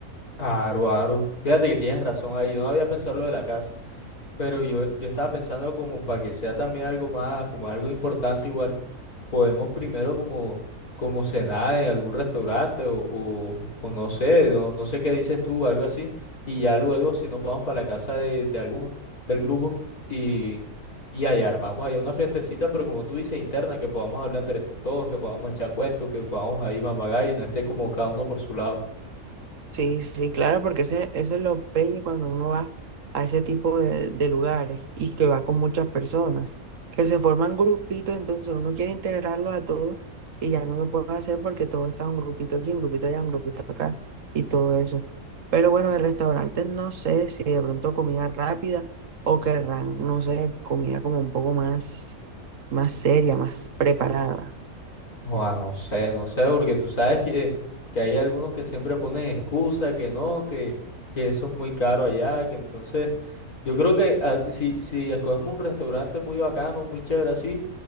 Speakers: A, on the left; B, on the right.
A: aro, aro. Fíjate que tienes razón ahí, yo no había pensado lo de la casa. Pero yo, yo estaba pensando como para que sea también algo más, como algo importante igual, podemos primero como, como cenar en algún restaurante o, o, o no sé, no, no sé qué dices tú, algo así, y ya luego si nos vamos para la casa de, de alguno del grupo y, y allá armamos allá una festecita, pero como tú dices, interna, que podamos hablar entre todos, que podamos echar cuentos, que podamos ahí mamagallo y no esté como cada uno por su lado.
B: Sí, sí, claro, porque ese, eso es lo pelle cuando uno va a ese tipo de, de lugares y que va con muchas personas, que se forman grupitos, entonces uno quiere integrarlos a todos y ya no lo puede hacer porque todo está un grupito aquí, un grupito allá, un grupito acá y todo eso. Pero bueno, de restaurantes no sé si de pronto comida rápida o querrán, no sé, comida como un poco más, más seria, más preparada.
A: Joa, no sé, no sé, porque tú sabes que, que hay algunos que siempre ponen excusa, que no, que, que eso es muy caro allá, que entonces yo creo que ah, si, si escogemos un restaurante muy bacano, muy chévere así,